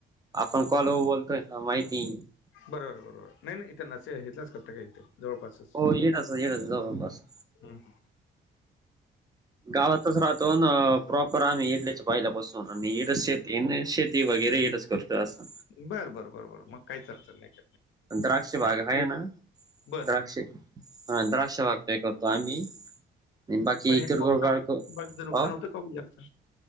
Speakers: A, on the right; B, on the left.
A: आपण कॉल वर बोलतोय ना माहिती.
B: बरोबर बरोबर नाही नाही इथे नसे हेतलाच करता का इथे जवळपासच.
A: हो येडच येडच जवळपास
B: हम्म.
A: गावातच राहतो आन प्रॉपर आम्ही येडल्याच्या पाईला बसून आणि येडस शेत इने शेती वगैरे येडस करतो असं.
B: बरं बरं बरं बरं मग काहीच अडचण नाही काय
A: द्राक्षची बाग
B: शेती
A: आहे ना
B: बर
A: द्राक्ष हा द्राक्ष बाग तय करतो आम्ही. एन बाकी
B: पण हे
A: इतर
B: पावसामुळे
A: गोळगाडको
B: बाकीचं नुकसान
A: आ.
B: होतं का ओ जास्त?